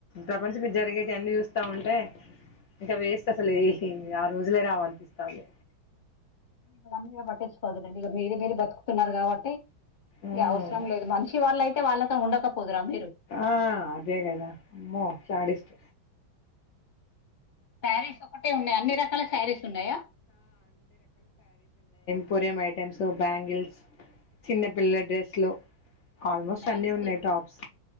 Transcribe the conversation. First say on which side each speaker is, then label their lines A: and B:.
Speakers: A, on the left; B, on the left.
A: ప్రపంచ మీద జరిగేటి వన్ని చూస్తా ఉంటే ఇంకా వేస్ట్ అసలే ఏ ఆ రోజులే రావనిపిస్తాంది
B: అవన్నీ పట్టించుకోవదులేండి మీరు మీరు బతుకుతున్నారు కాబట్టి
A: ఉమ్
B: ఇగ అవసరం లేదు మంచి వాళ్ళయితే వాళ్ళతో ఉండకపోదురా మీరు
A: ఆ అదే కదా అమ్మో శాడిస్ట్
B: సారీస్ ఒకటే ఉన్నాయి అన్ని రకాల సారీస్ ఉన్నాయా
A: పొరియంమ్ ఐటెమ్స్ బ్యాంగిల్స్ చిన్నపిల్లల డ్రెస్లు ఆల్మోస్ట్
B: బ్యాంగిల్స్
A: అన్ని ఉన్నాయి టాప్స్